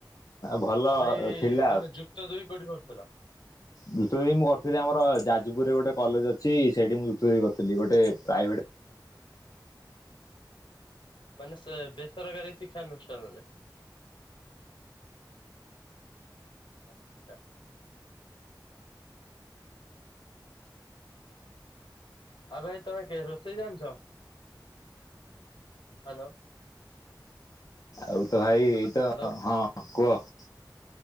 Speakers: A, on the left; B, on the left.
A: ଭଲ
B: ତ ଭାଇ
A: ଥିଲା
B: ମାନେ ଯୁକ୍ତ ଦୁଇ କୋଉଠି କରୁଥିଲ?
A: ଯୁକ୍ତ ଦୁଇ ମୁଁ କରିଥିଲି ଆମର ଯାଜପୁରୁରେ ଗୋଟେ କଲେଜ ଅଛି ସେଇଠି ମୁଁ ଯୁକ୍ତ ଦୁଇ କରିଥିଲି। ଗୋଟେ ପ୍ରାଇଭେଟ୍
B: ମାନେ ସେ ବେସରକାରୀ ଶିକ୍ଷାନୁଷ୍ଠାନ ରେ। ଆଚ୍ଛା। ଆଉ ଭାଇ ତମେ କେ ରୋଷେଇ ଜାଣିଛ? ହ୍ୟାଲୋ।
A: ଆଉ ତ ଭାଇ ଏଇତ
B: ହ୍ୟାଲୋ
A: ହଁ କୁହ।